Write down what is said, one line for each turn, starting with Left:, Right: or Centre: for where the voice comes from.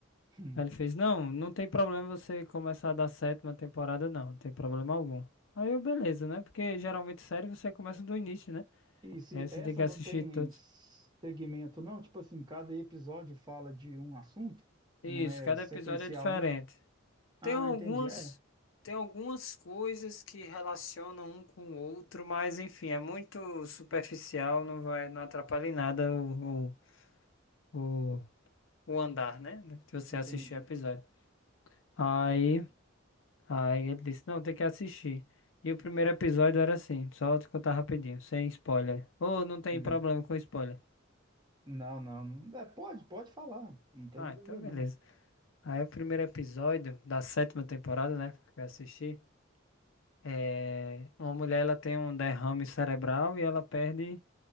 Right: <laughs>
Left: Aí ele fez, não, não tem problema você começar da sétima temporada, não, não tem problema algum. Aí eu, beleza, né? Porque geralmente série você começa do início, né?
Right: E se
Left: Aí você
Right: essa
Left: tem que
Right: não
Left: assistir
Right: tem
Left: todos.
Right: segmento, não? Tipo assim, cada episódio fala de um assunto? Não
Left: Isso,
Right: é
Left: cada
Right: sequencial,
Left: episódio é diferente.
Right: não? Ah,
Left: Tem algumas,
Right: entendi. É,
Left: tem algumas coisas que relacionam um com o outro, mas enfim, é muito superficial, não vai, não atrapalha em nada o o, o andar, né? Se você
Right: entendi.
Left: assistir o episódio. Aí, aí ele disse, não, tem que assistir. E o primeiro episódio era assim, só vou te contar rapidinho, sem spoiler. Ou não tem
Right: Hum.
Left: problema com spoiler.
Right: Não, não. não- É, pode, pode falar. Não tem
Left: Ah,
Right: nada
Left: então
Right: a ver,
Left: beleza.
Right: não.
Left: Aí o primeiro episódio da sétima temporada, né, que eu assisti, é... uma mulher ela tem um derrame cerebral e ela perde,